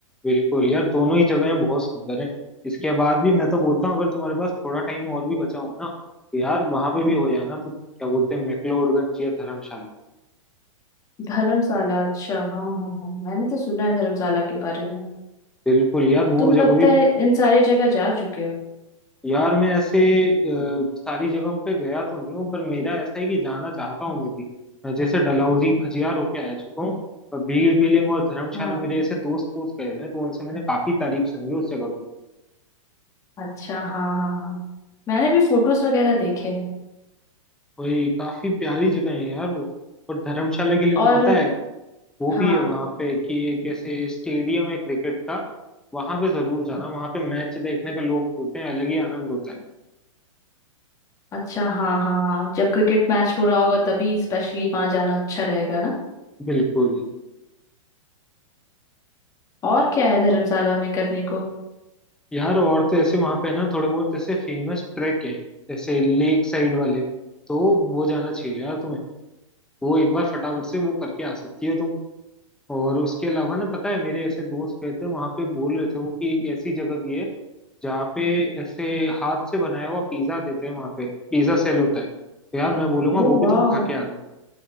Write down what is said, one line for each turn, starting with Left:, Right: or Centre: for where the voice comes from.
Centre: बिल्कुल यार दोनों ही जगहें बहुत सुंदर हैं इसके बाद भी मैं तो बोलता हूँ अगर तुम्हारे पास थोड़ा टाइम और भी बचा हो ना तो यार वहां पे भी हो जाना तुम क्या बोलते हैं मैक्लोडगंज या धर्मशाला
Left: धर्मशाला अच्छा हाँ हाँ हाँ मैंने तो सुना है धर्मशाला के बारे में
Centre: बिल्कुल यार वो
Left: तुम लगता
Centre: जगह भी
Left: है इन सारे जगह जा चुके हो
Centre: यार मैं ऐसे अ, सारी जगहों पे गया तो नहीं हूँ पर मेरा ऐसा है कि जाना चाहता हूँ मैं भी मैं जैसे डलहौजी खजियार होके आ चुका हूँ पर भीड़ बिलिंग और धर्मशाला
Left: हाँ
Centre: मेरे ऐसे दोस्त दोस्त गए हुए हैं तो उनसे मैंने काफी तारीफ सुनी उस जगह की
Left: अच्छा हाँ हाँ हाँ मैंने भी फोटोज वगैरह देखे हैं
Centre: वही काफी प्यारी जगह है यार वो और धर्मशाला के लिए
Left: और
Centre: तो पता है वो भी
Left: हाँ
Centre: है वहां पे कि एक ऐसे स्टेडियम है क्रिकेट का वहां पे जरूर जाना वहां पे मैच देखने का लोग बोलते हैं अलग ही आनंद होता है
Left: अच्छा हाँ हाँ हाँ जब क्रिकेट मैच हो रहा होगा तभी स्पेशली वहां जाना अच्छा रहेगा ना
Centre: बिल्कुल
Left: और क्या है धर्मशाला में करने को
Centre: यार और तो ऐसे वहां पे ना थोड़े बहुत ऐसे फेमस ट्रैक हैं जैसे लेक साइड वाले तो वो जाना चाहिए यार तुम्हें वो एक बार फटाफट से वो करके आ सकती हो तुम और उसके अलावा ना पता है मेरे ऐसे दोस्त गए थे वहां पे बोल रहे थे वो कि एक ऐसी जगह भी है जहाँ पे ऐसे हाथ से बनाया हुआ पिज्जा देते हैं वहां पे पिज्जा सेल होता है तो यार मैं बोलूंगा
Left: ओ
Centre: वो भी
Left: वाह
Centre: तुम खा के आना